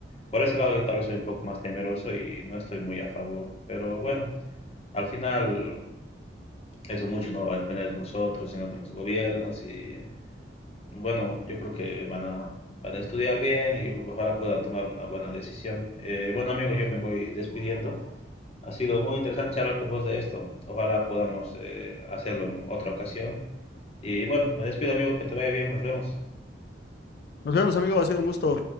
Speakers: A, on the left (about 35°); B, on the left (about 60°).
A: por ese lado yo tal vez soy un poco más temeroso y no estoy muy a favor, pero bueno. Al final, eso mucho no va a depender de nosotros, sino de los gobiernos. Y bueno, yo creo que van a, van a estudiar bien y ojalá puedan tomar una buena decisión. Eh, bueno, amigo, yo me voy despidiendo. Ha sido muy interesante charlar con vos de esto. Ojalá podamos eh, hacerlo en otra ocasión. Y bueno, me despido, amigo, que te vaya bien. Nos vemos.
B: Nos vemos, amigos, ha sido un gusto.